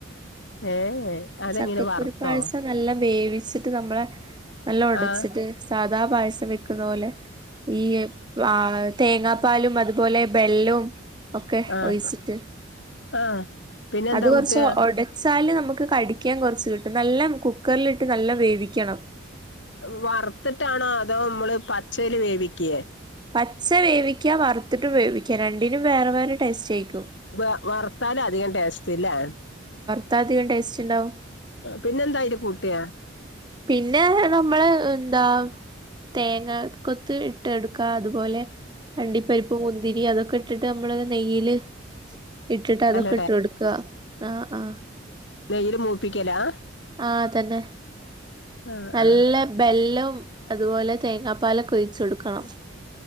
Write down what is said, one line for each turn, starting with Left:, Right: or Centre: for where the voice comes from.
Left: ഏഹ് ഏഹ് അതെങ്ങനെ
Right: ചക്കക്കുരുപ്പായസം
Left: വറുത്തോ
Right: നല്ല വേവിച്ച്ട്ട് നമ്മളെ നല്ല ഒടച്ച്ട്ട്
Left: ആഹ്
Right: സാധാ പായസം വെക് ക്കുന്ന പോലെ ഈ ആഹ് തേങ്ങാപ്പാലും അതുപോലെ ബെല്ലവും ഒക്കെ
Left: ആഹ്
Right: ഒയിച്ചിട്ട്
Left: ആഹ് പിന്നെന്താ
Right: അത് കൊർച്ച്
Left: കൂട്ടാ
Right: ഒടച് ത്താൽല് നമ്ക്ക് കടിക്ക്യാൻ കൊറച്ച് കിട്ടും നല്ല കുക്കർല്ട്ട് നല്ല വേവിക്കണം
Left: വർത്ത്ട്ടാണോ അതോ മ്മള് പച്ചയില് വേവിക്കേ
Right: പച്ച വേവിക്ക്യാ വർത്ത്ട്ടും വേവിക്ക്യാ രണ്ടിനും വേറെ വേറെ ടേസ്റ്റായിക്കും
Left: വെ വർത്താലാ അധികം ടേസ്റ്റ് ലേ
Right: ത്താ അധികം ടേസ്റ്റ്ണ്ടാവും
Left: പിന്നെന്താ അയ്ല് കൂട്ടിയാ
Right: പിന്നെ നമ്മള് എന്താ തേങ്ങാ കൊത്ത് ഇട്ടെടുക്ക അതുപോലെ അണ്ടിപ്പരിപ്പ്, മുന്തിരി അതു ക്കെട്ട് ട്ട് നമ്മള് നെയ്യ്ല് ഇട്ടിട്ട്
Left: നല്ല
Right: അതൊക്കെ ഇട്ട് കൊടുക്ക ആ ആ
Left: നെയ്യ്ല് മൂപ്പിക്കലാ
Right: ആ തെന്നെ
Left: ആഹ്
Right: നല്ല
Left: ആഹ്
Right: ബെല്ലം അതുപോലെ തേങ്ങാപ്പാലൊക്കൊഴിച് കൊടുക്കണം